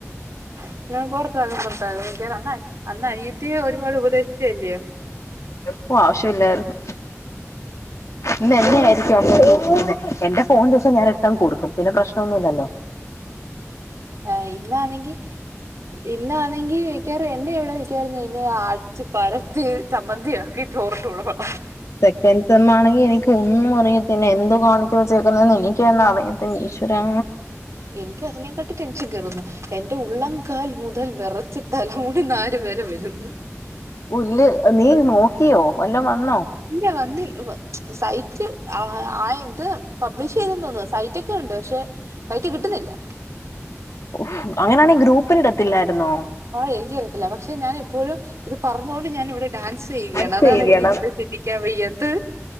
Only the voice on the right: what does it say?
<inaudible> പൊറത്താകും പൊറത്താകും മിക്കവാറും അന്ന അന്ന് അനിയത്തി ഒരുപാട് ഉപദേശിച്ചല്ല്യയോ
ഓ
ആഹ് ഇന്നാന്നെങ്കി ഇന്നാന്നെങ്കി മിക്കവാറും എന്നെ ഇവടെ മിക്കാറും ഇന്നെന്നെ അടിച്ചു പരത്തി ചമ്മന്തിയാക്കി ചോറിന്റെ കൂടെ വിള
എനിക്ക് അതിനേക്കാട്ടി ടെൻഷൻ കേറുന്നു എന്റെ ഉള്ളംകാൽ മുതൽ വെറച്ച് തലമുടി നാരു വരെ വരുന്നു
ഇല്ല വന്നി സൈറ്റ് ആ ആയി ഇത് പബ്ലിഷ് ചെയ്തെന്ന് തോന്നുന്നു സൈറ്റ് ക്കെയൊണ്ട് പക്ഷെ സൈറ്റ് കിട്ടുന്നില്ല
ആഹ് എനിക്കറിയത്തില്ല പക്ഷെ ഞാൻ ഇപ്പോഴും ഇത് പറഞ്ഞോണ്ട് ഞാൻ ഇവിടെ ഡാൻസെയ്യുകയാണ്
അതാണ്
എനിക്ക് ചിന്തിക്കാൻ വയ്യാത്ത്